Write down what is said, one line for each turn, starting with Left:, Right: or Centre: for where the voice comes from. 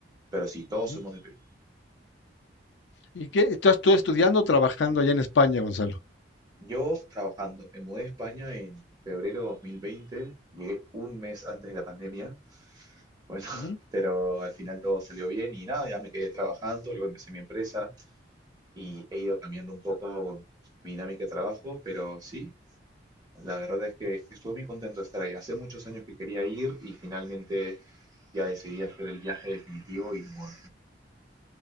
Right: pero sí, todos
Left: ujú.
Right: somos de Perú.
Left: ¿Y qué? ¿Estás tú estudiando o trabajando allá en España, Gonzalo?
Right: Yo trabajando, me mudé a España en febrero dos mil veinte llegué un mes antes de la pandemia, bueno, <laughs>
Left: Ujú.
Right: pero al final todo salió bien y nada, ya me quedé trabajando, luego empecé mi empresa y he ido cambiando un poco mi dinámica de trabajo, pero sí, la verdad es que estuve muy contento de estar ahí. Hace muchos años que quería ir y finalmente ya decidí hacer el viaje definitivo y no,